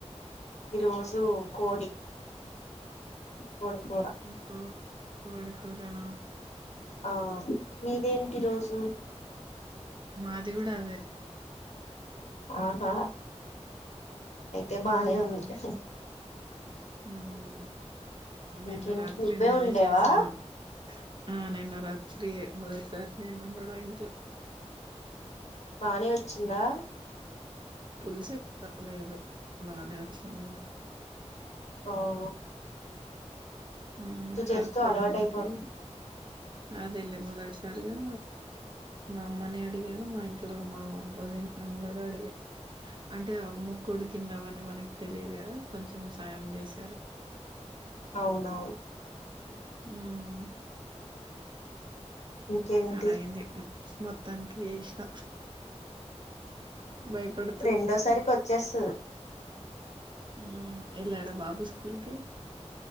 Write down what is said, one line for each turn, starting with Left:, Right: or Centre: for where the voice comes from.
Left: ఈ రోజు కోడి కోడి కూర
Right: ఉహూ కో కోడిికూరనా
Left: ఆ మీదేంటి ఈరోజు
Right: మాది కూడా అదే
Left: ఆహా అయితే బానే
Right: మ్మ్.
Left: ఉంది
Right: మ్మ్. నిన్న
Left: ఇంకేంటి
Right: రాత్రి
Left: నువ్వే
Right: నేనే
Left: ఉండేవా
Right: చేసాను ఆ నిన్న రాత్రి మొదటిసారి నిన్నున్నాడ ఇంట్లో
Left: బానే వచ్చిందా
Right: పుల్సె కాలేదు బాగానే వచ్చింది నేను
Left: ఆహ్
Right: ఉమ్ కలుపుకోవడానికి
Left: చేస్తూ అలవాటు అయిపోతుంది
Right: అదేల్లే మొదటిసారిగా మా అమ్మని అడిగాను మా ఇంట్ ఇంట్లో మా వదినని కూడా అడిగా అంటే ముకుడి తిన్నావ అని మనకు తెలిదు కదా కొంచెం సాయం చేశారు
Left: అవునా
Right: మ్మ్
Left: ఇంకేంటి
Right: అలా అయింది మొత్తానికి చేసిన భయపడుతూ
Left: రెండోసారికి వచ్చేస్తుది
Right: ఉమ్మ్ ఎల్లాడా బాబు స్కూల్కి